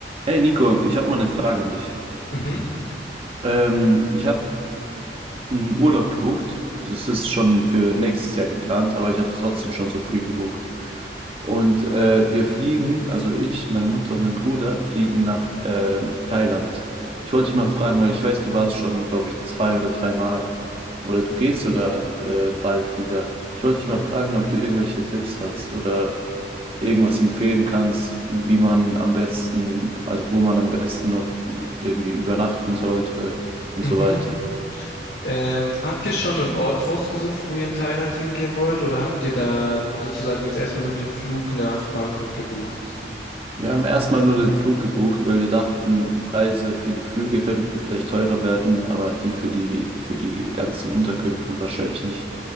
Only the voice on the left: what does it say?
Mhm,
mhm.
Ähm, habt ihr schon einen Ort rausgesucht, wo ihr in Thailand hingehen wollt, oder habt ihr da sozusagen jetzt erstmal nur den Flug nach Bangkok gebucht?